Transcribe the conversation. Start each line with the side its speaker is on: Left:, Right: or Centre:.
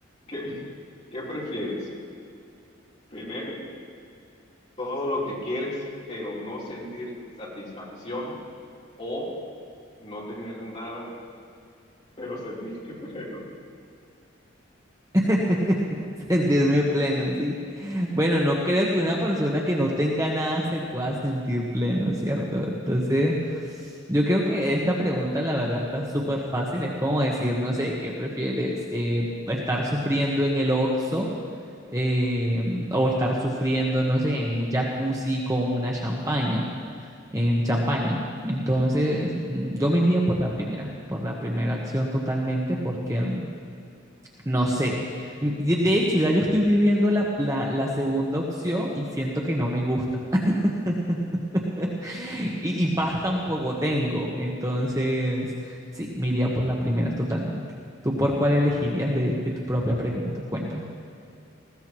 Left: ¿Qué, qué prefieres? ¿Tener todo lo que quieres, pero no sentir satisfacción o no tener nada, pero sentirte <laughs> pleno.
Right: <laughs> <laughs> Sentirme pleno, sí. Bueno, no creo que una persona que no tenga nada se pueda sentir pleno, ¿cierto? Entonces, yo creo que esta pregunta, la verdad, está súper fácil. Es como decir, no sé, ¿qué prefieres? Eh, ¿estar sufriendo en el Oxxo eh, o estar sufriendo, no sé, en un jacuzzi con una champaña, en champaña? Entonces, mm, yo me iría por la primera, por la primera acción totalmente, porque mm, no sé. De hecho, ya yo estoy viviendo la, la- la segunda opción y siento que no me gusta. <laughs> Y, y paz tampoco tengo. Entonces, sí, me iría por la primera totalmente. ¿Tú por cuál elegirías de, de tu propia pregunta? Cuéntame.